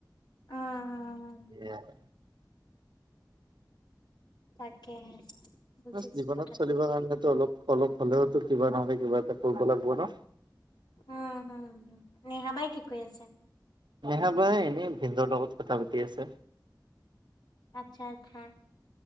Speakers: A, on the left (about 70°); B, on the right (about 80°).
A: উম
B: এয়াই
A: তাকেহে বুজিছো
B: বচ জীৱনত
A: কথাটো
B: চলিব কাৰণেতো অলপ অলপ হ'লেওতো কিবা নহয় কিবা এটা কৰিব লাগব ন।
A: উম হুম হুম, নেহা বাই কি কৰি আছে?
B: নেহা বাই এনেই ভিনদেউৰ লগত কথা পাতি আছে।
A: আচ্ছা আচ্ছা।